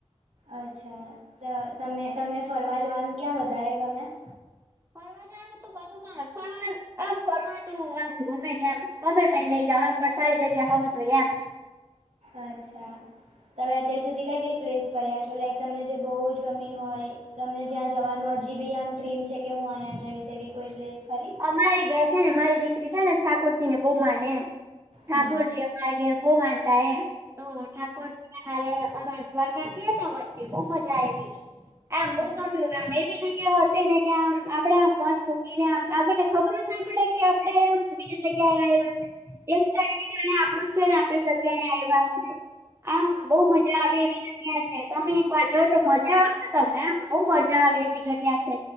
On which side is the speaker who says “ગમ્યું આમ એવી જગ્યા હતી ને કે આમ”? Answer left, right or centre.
Right